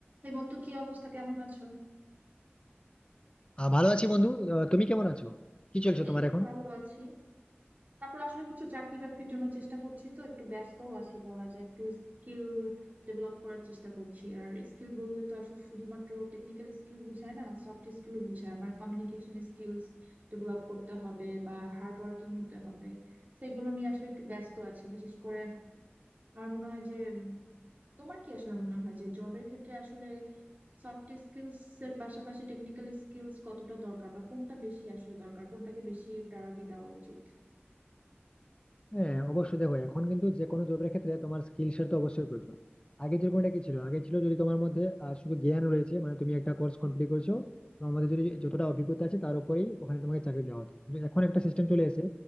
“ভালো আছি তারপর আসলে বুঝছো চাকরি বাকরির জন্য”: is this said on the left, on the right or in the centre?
Right